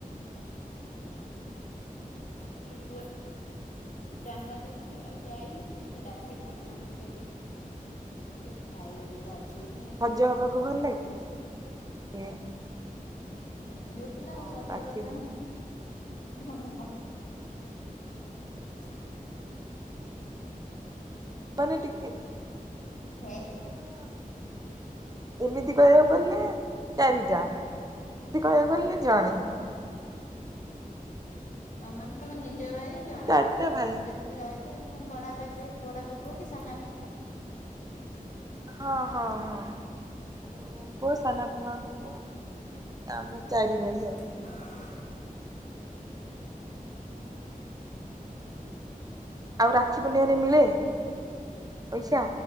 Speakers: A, on the left; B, on the right.
A: ହଁଇ ପୁଅ ଜନ୍ମ ଦେଇଥିଲି ଆଉ ଯାଇନି ସେ ରାକ୍ଷୀ ପୂର୍ଣ୍ଣିମାକୁ ଟିକେ ଯିବି। ଯିବି ଭାଇହେରିକା ଅଛନ୍ତି,
B: ସଜ
A: ତାଙ୍କ
B: ହବାକୁ ଭଲ
A: ହାତରେ
B: ଲାଗେ
A: ଆଉ ଝିଅ ପିଲା
B: ହଁ
A: ଆ ସଜହବା
B: ରାକ୍ଷୀ
A: ପାଇଁ
B: ପୂର୍ଣ୍ଣିମା
A: <unintelligible> <unintelligible>
B: ମାନେ ଟିକେ
A: ହେ
B: ମୋର ଏମିତି କହିବାକୁ ଗଲେ ଚାରିଟା ସେମିତି କହିବାକୁ ଗଲେ ଜଣେ।
A: ହୁଁ। ଆ ମାନେ ତମେ ନିଜ ଭାଇ ଜଣେ
B: ଚାରିଟା
A: ଆଉ ଯେତ
B: ଭାଇ
A: ଯେତିକି ରହିଲେ ବଡବାପା ଝିଅ କି ବଡବାପା ପୁଅ କି ସାନ ବାପା
B: ହଁ, ହଁ, ହଁ। ବଡ ବାବାଙ୍କ ପୁଅ ସାନ ବାବାଙ୍କ ପୁଅ ଆ ଆମ ଚାରି ଭାଇ ଆଉ।
A: ହୁଁ।
B: ହୁଁ <inaudible> ଆଉ ରାକ୍ଷୀ ପୂଣ୍ଣିମାରେ ମିଳେ ପଇସା?